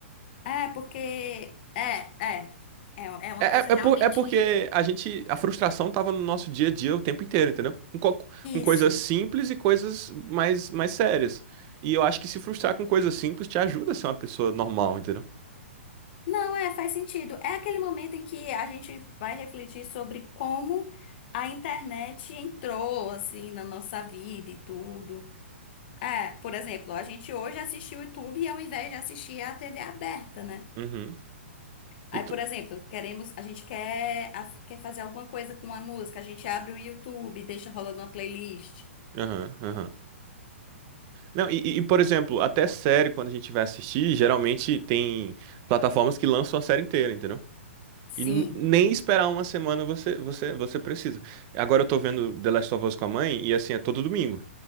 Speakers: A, on the left; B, on the right.
A: É, porque. É, é. É, é uma
B: É,
A: coisa
B: é, é
A: realmente.
B: por- é porque a gente, a frustração tava no nosso dia a dia o tempo inteiro, entendeu? Com, co- com coisas
A: Isso.
B: simples e coisas mais, mais sérias. E eu acho que se frustrar com coisas simples te ajuda a ser uma pessoa normal, entendeu?
A: Não, é, faz sentido. É aquele momento em que a gente vai refletir sobre como a internet entrou, assim, na nossa vida e tudo. É, por exemplo, a gente hoje assiste o YouTube ao invés de assistir a TV aberta, né?
B: Uhum.
A: Aí,
B: E tu.
A: por exemplo, queremos, a gente quer, a- quer fazer alguma coisa com a música, a gente abre o YouTube, deixa rolando uma playlist.
B: Aham, aham. Não, e, e, por exemplo, até série, quando a gente vai assistir, geralmente tem plataformas que lançam a série inteira, entendeu?
A: Sim.
B: E n- nem esperar uma semana você, você, você precisa. Agora eu tô vendo The Last of Us com a mãe, e assim, é todo domingo.